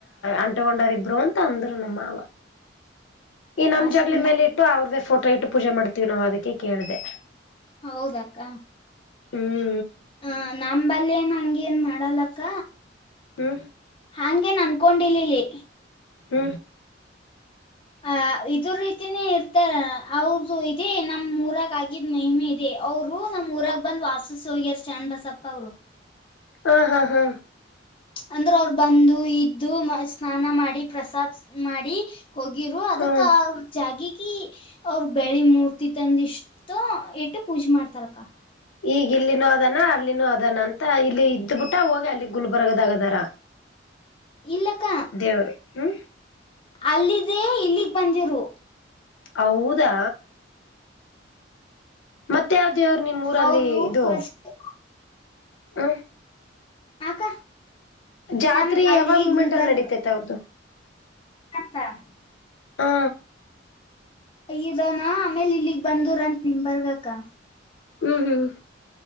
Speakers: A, on the left; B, on the left.
A: ಅಂಟಕೊಂಡಾರ ಇಬ್ರು ಅಂತ ಅಂದರು ನಮ್ಮವ ಈ ನಮ್
B: ಅಷ್ಟ
A: ಜಗ್ಗಳ ಮೇಲೆ ಇಟ್ಟು ಅವ್ರದ್ದೇ ಫೋಟೋ ಇಟ್ಟು ಪೂಜೆ ಮಾಡ್ತೀವಿ ನಾವವು ಅದಕ್ಕೆ ಕೇಳ್ದ
B: ಹೌದಾಕ್ಕ
A: ಹ್ಮ್
B: ಹ ನಮಂಬಲ್ಲ ಏನ್ ಹಂಗೇನ್ ಮಾಡಲಕ್ಕ
A: ಹ್ಮ
B: ಹಂಗೇನ್ ಅನ್ಕೊಂಡಿಲಲಿ
A: ಹ
B: ಅ ಇದು ರೀತಿನೇ ಇರ್ತ ಅವದು ಇದೇ ನಮ್ ಊರಾಗ ಆಗಿದ್ ಮಹಮೆ ಇ ಇೇ ಅವ್ರು ನಮ್ ಊರಾಗ ಬಂದ್ ವಾಸು ಹೋಗ್ಯರ್ ಚನ್್ ಬಸಪ್ಪ ಅವರು
A: ಹಾ ಹಾ ಹಾ
B: ಅಂದ್ರೆ ಅವರು ಬಂದು ಇದ್ದು ಮ ಸ್ನಾನ ಮಾಡಿ ಪ್ರಸಾದ್ ಮಾಡಿ ಹೋಗಿರು ಅದಕ್ಕ
A: ಹ್ಮ್
B: ಜಾಗಿಗ ಅವ್ರ ಬೆಳಿ ಮೂರ್ತಿ ತಂದ ಇಷ್ಟ ಇಟ್ಟು ಪೂಜೆ ಮಾಡ್ತಾರಕ್ಕ
A: ಈಗ ಇಲ್ಲಿನೂ ಅದಾನ ಅಲ್ಲಿನೋ ಅದಾನ ಅಂತ ಇಲ್ಲಿ ಇದ್ದ್ಬಿಟ್ಟ ಹೋಗಿ ಅಲ್ಲಿ ಗುಲ್ಬರ್ಗದಗದಾರ ಹ
B: ಇಲ್ಲಕ್ಕ
A: ದೇವರು ಹ್ಞೂ
B: ಅಲ್ಲಿದೆೇ ಇಲ್ಲಿಗ್ ಬಂದಿರು
A: ಹೌದಾ ಮತ್ತ ಯಾವ್ದೇವರು ನಿಮ್ಮ್ ಊರಲ್ಲಿ
B: ಅವರು
A: ಇದು
B: ಫಸ್ಟ್
A: ಹ
B: ಆಗ
A: ಜಾತ್ರೆ
B: ನಮ್ ಅಲ್ಲಿ
A: ಯಾವಾಗ ಮೂಮೆಂಟ್
B: ಗುಲ್ಬರ್ಗ
A: ಅಲ್ಲಿ ನಡೀತೈತೆ ಅವ್ರ್ದು
B: ಂತ <inaudible>
A: ಹಾ
B: ಯನಾ ಆಮೇಲೆ ಇಲ್ಲಿಗ್ ಬಂದರಂತತ್ ನಿಮ ಬರ್ಗಕ್ಕ
A: ಹ್ಮ್ ಹ್ಮ್